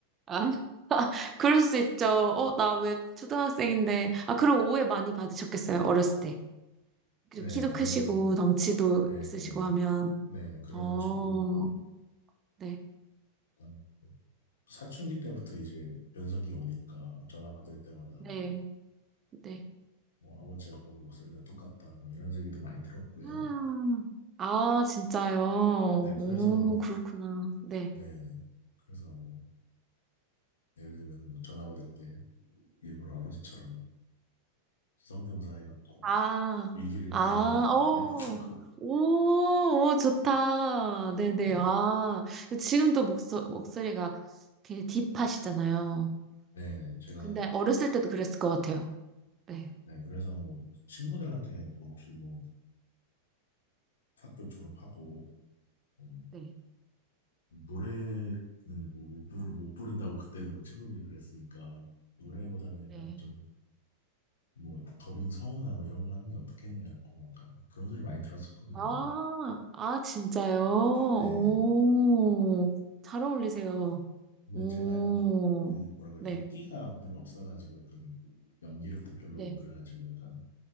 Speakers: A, on the right; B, on the left.
A: 아, <laughs> 그럴 수 있죠. 어, 나 왜 초등학생인데. 아, 그럼 오해 많이 받으셨겠어요, 어렸을 때. 그리고
B: 네
A: 키도
B: 아무래도
A: 크시고, 덩치도
B: 네네
A: 있으시고 하면.
B: 네 그래가지고
A: 어,
B: 뭐
A: 네.
B: 일단 뭐 사춘기 때부터 이제 변성기 오니까 전화 받을 때마다
A: 네.
B: 뭐,
A: 네.
B: 뭐 아버지하고 목소리가 똑같다 뭐 이런 얘기도 많이 들었고요.
A: 음. 아, 진짜요?
B: 네
A: 오,
B: 그래서
A: 그렇구나. 네.
B: 네네 그래서 뭐 예를 들면 뭐 전화 받을 때 일부러 아버지처럼 성대모사 해갖고
A: 아,
B: 위기를
A: 아,
B: 벗어난 적도
A: 어.
B: 몇 번 <laughs> 있었고.
A: 오, 오, 좋다. 네네.
B: 네.
A: 아, 그 지금 또 목소, 목소리가 되게 딥하시잖아요.
B: 네네. 제가,
A: 근데 어렸을 때도 그랬을 것 같아요. 네,
B: 네. 그래서 뭐, 친구들한테 뭐 혹시 뭐, 학교 졸업하고, 뭐
A: 네,
B: 노래는 뭐, 못, 부르, 못 부른다고 그때는 뭐 친구들이 그랬으니까, 노래보다는 약간
A: 네.
B: 좀, 뭐, 더빙 성우나 뭐 이런 거 하는 게 어떻겠냐고 약간 그런 소리 많이 들었었거든요.
A: 아, 아, 진짜요? 오,
B: 네.
A: 잘 어울리세요.
B: 근데
A: 오,
B: 제가 약간 그 뭐라 그러지?
A: 네,
B: 끼가 별로 없어가지고 약간 연기력도 별로고
A: 네.
B: 그래가지고 약간